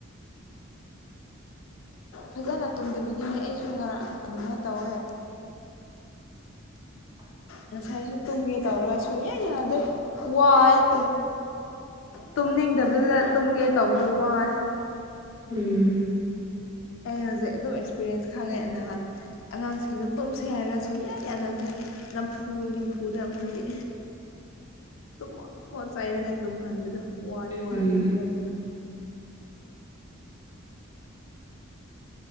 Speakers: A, on the right; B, on the left.
A: <unintelligible>
B: ꯐꯖꯅ ꯇꯨꯝꯗꯕꯤꯒꯤꯅꯦ ꯑꯩꯁꯨ ꯉꯔꯥꯡ ꯑꯗꯨꯃꯥꯏꯅ ꯇꯧꯋꯦ
A: <unintelligible>
B: ꯉꯁꯥꯏꯁꯨ ꯇꯨꯝꯒꯦ ꯇꯧꯔꯒ ꯁꯨꯡꯌꯥ ꯌꯥꯗꯦ ꯋꯥꯌꯦ ꯇꯨꯝ ꯇꯨꯝꯅꯤꯡꯗꯕꯗ ꯇꯨꯝꯒꯦ ꯇꯧꯕꯗꯣ ꯋꯥꯢ
A: ꯎꯝ
B: ꯑꯩ ꯍꯧꯖꯤꯛ ꯑꯗꯨꯝ ꯑꯦꯛꯁꯄꯤꯔꯤꯌꯦꯟꯁ ꯈꯪꯉꯦ ꯅꯍꯥꯟ ꯑꯉꯥꯡꯁꯤꯡꯗꯣ ꯇꯨꯝꯁꯦ ꯍꯥꯏꯔꯒ ꯁꯨꯡꯌꯥ ꯌꯥꯗꯕꯅꯦ ꯅꯝꯐꯨ ꯅꯝꯐꯨꯗ ꯃꯣꯏꯒꯤ ꯇꯨꯝꯃꯣ ꯇꯨꯝꯃꯣ ꯆꯩꯔꯒ ꯇꯨꯝꯍꯟꯕꯗꯣ ꯋꯥꯗꯤ ꯋꯥꯔꯕꯅꯤ
A: ꯎꯝ
B: ꯃꯈꯣꯏꯁꯦ